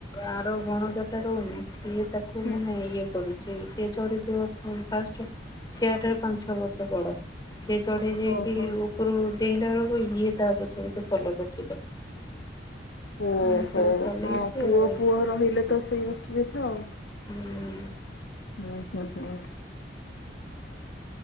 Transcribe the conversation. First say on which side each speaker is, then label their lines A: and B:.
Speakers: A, on the left; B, on the left.
A: ଆର ଭଣଜାଟା ରହୁନି, ସିଏ ତା କୁ
B: ହୁଁ।
A: ମୁନା ଇଏ କରୁଛି, ସିଏ ଚଢିଛି ବର୍ତମାନ ଫାଷ୍ଟ, ସିଏ ଆଠାରୁ ପାଞ୍ଚ ଛଅ ବର୍ଷ ବଡ଼। ସେ ଚଢ଼େ ଯିଏକି
B: ଓହୋ
A: ଉପରୁ ଡେଇଁଲା ବେଳକୁ ଇଏ ତା ପଛରେ ଚ ଫଲୋ କରୁଚି ତାକୁ।
B: ଓହୋ,
A: ଏ ସବୁ ଚଲେଇଛି
B: ହଁ
A: ଆଉ
B: ପୁଅ ପୁଅ ରହିଲେ ତ ସେଇ ଅସୁବିଧା ଆଉ।
A: ହୁଁ
B: <unintelligible>